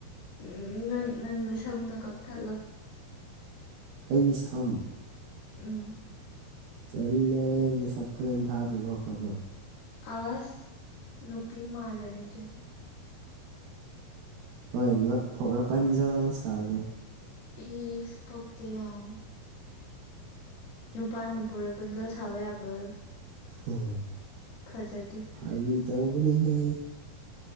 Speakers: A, on the left; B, on the right.
A: ꯎꯝ ꯅꯪ ꯅꯪ ꯅꯁꯝꯗꫭ ꯀꯛꯊꯠꯂꯣ
B: ꯑꯩꯒꯤ ꯁꯝ
A: ꯎꯝ
B: ꯇꯜꯂꯦꯅ ꯅꯁꯛ ꯐꯖꯅ ꯊꯥꯛꯇꯔꯤꯐꯧ ꯀꯛꯂꯣꯏ
A: ꯑꯁ ꯅꯨꯄꯤ ꯃꯥꯜꯂꯅꯤ ꯗꯨꯗꯤ
B: ꯍꯣꯏ ꯉꯛ ꯐꯥꯎ ꯐꯖꯅ ꯁꯥꯡꯉꯤ
A: ꯏꯁ ꯄꯛꯇ‌ꯦ ꯌꯥꯝ ꯅꯨꯄꯥꯅ ꯄꯨꯔꯛꯄꯗ‌ꯣ ꯁꯥꯎꯕ ꯌꯥꯕ꯭ꯔꯣ
B: ꯎꯝ
A: ꯐꯖꯗꯦ
B: ꯐꯥꯒꯤ ꯇꯧꯕꯅꯦꯍꯦ